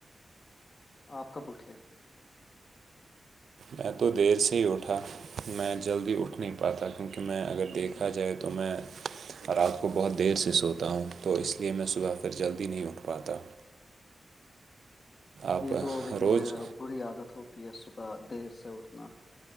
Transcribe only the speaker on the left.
آپ کب اٹھے
یہ تو لیکن
بری عادت ہوتی ہے صبح دیر سے اٹھنا